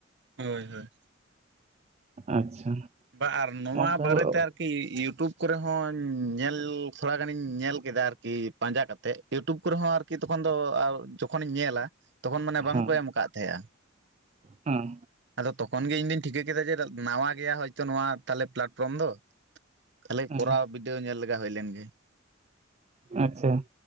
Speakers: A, on the right (about 60°); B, on the right (about 35°).
A: ᱦᱳᱭ ᱦᱳᱭ,
B: ᱟᱪᱪᱷᱟ,
A: ᱵᱟ ᱟᱨ ᱱᱚᱣᱟ
B: ᱢᱟ ᱛᱟᱦᱚᱞᱮ
A: ᱵᱟᱨᱮᱛᱮ ᱟᱨᱠᱤ ᱤᱭᱩᱴᱩᱵᱽ, ᱠᱚᱨᱮ ᱦᱚᱸ ᱧᱮᱞ ᱛᱷᱚᱲᱟ ᱜᱟᱱᱤᱧ ᱧᱮᱞ ᱠᱮᱫᱟ ᱟᱨᱠᱤ ᱯᱟᱸᱡᱟ ᱠᱟᱛᱮ ᱤᱭᱩᱴᱩᱵᱽ ᱠᱚᱨᱮ ᱦᱚᱸ ᱟᱨ ᱠᱤ ᱛᱚᱠᱷᱚᱱ ᱫᱚ ᱡᱚᱠᱷᱚᱱᱤᱧ ᱧᱮᱞᱟ ᱛᱚᱠᱷᱚᱱ ᱢᱟᱱᱮ ᱵᱟᱝᱠᱚ
B: ᱦᱮᱸ
A: ᱮᱢ ᱠᱟᱜ ᱛᱟᱦᱮᱜ-ᱟ᱾
B: ᱦᱮᱸ
A: ᱟᱫᱚ ᱛᱚᱠᱷᱚᱱ ᱜᱮ ᱤᱧᱫᱩᱧ ᱴᱷᱤᱠᱟᱹ ᱠᱮᱫᱟ ᱡᱮ ᱱᱟᱣᱟ ᱜᱮᱭᱟ, ᱛᱚ ᱱᱚᱣᱟ ᱛᱟᱦᱞᱮ ᱯᱞᱟᱴᱯᱷᱨᱚᱢ ᱫᱚ ᱛᱟᱦᱞᱮ
B: ᱦᱮᱸ
A: ᱠᱚᱨᱟᱣ ᱵᱤᱰᱟᱹᱭ ᱧᱮᱞ ᱞᱮᱜᱟ ᱦᱩᱭ ᱞᱮᱱ ᱜᱮ,
B: ᱟᱪᱪᱷᱟ,